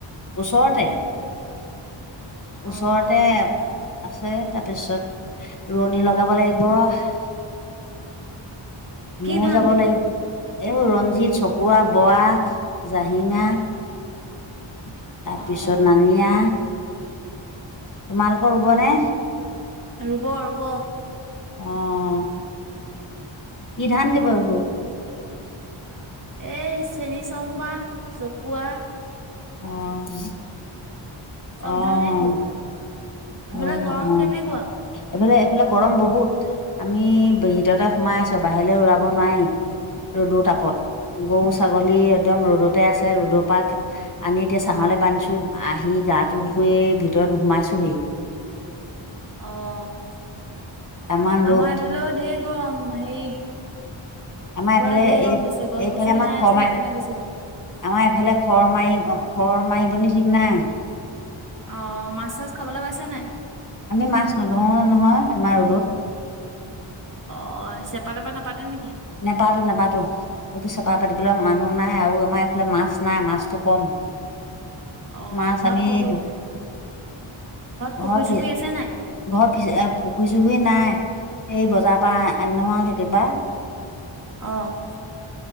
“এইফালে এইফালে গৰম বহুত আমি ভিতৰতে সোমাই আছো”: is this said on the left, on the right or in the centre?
Left